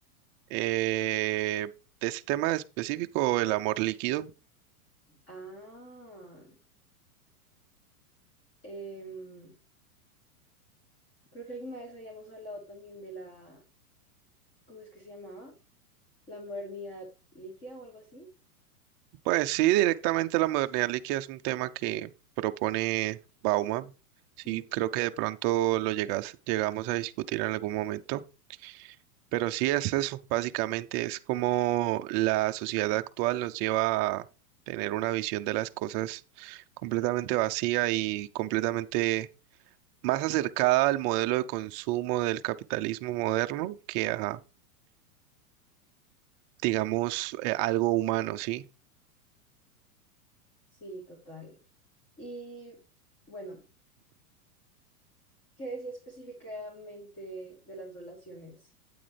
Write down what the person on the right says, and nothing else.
eh, de este tema específico, el amor líquido.
Pues sí, directamente la modernidad líquida es un tema que propone Bauman.
Sí,
creo que de pronto lo llegas, llegamos a discutir en algún momento. Pero sí es eso, básicamente es como la sociedad actual nos lleva a tener una visión de las cosas completamente vacía y completamente más acercada al modelo de consumo del capitalismo moderno que a, digamos, eh, algo humano, ¿sí?